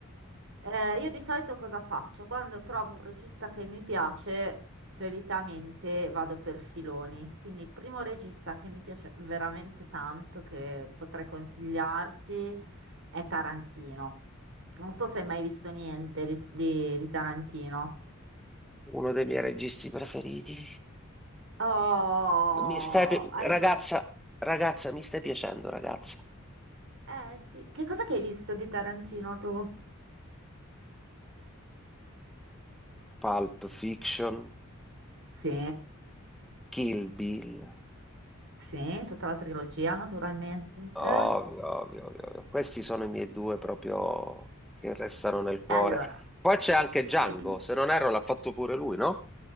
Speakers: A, on the right (about 65°); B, in the centre.
A: Eh, io di solito cosa faccio? Quando trovo un regista che mi piace, solitamente vado per filoni. Quindi il primo regista che mi piace veramente tanto, che potrei consigliarti, è Tarantino. Non so se hai mai visto niente di, di- di Tarantino.
B: uno dei miei registi preferiti.
A: Oh,
B: Mi stai, pi-
A: allora,
B: ragazza, ragazza, mi stai piacendo, ragazza.
A: eh sì. Che cosa che hai visto di Tarantino tu?
B: Pulp Fiction,
A: Sì,
B: Kill Bill,
A: sì, tutta la trilogia naturalmente.
B: ovvio, ovvio, ovvio, ovvio. Questi sono i miei due proprio che restano nel cuore.
A: Allora,
B: Poi c'è anche
A: se
B: Django,
A: ti-
B: se non erro l'ha fatto pure lui, no?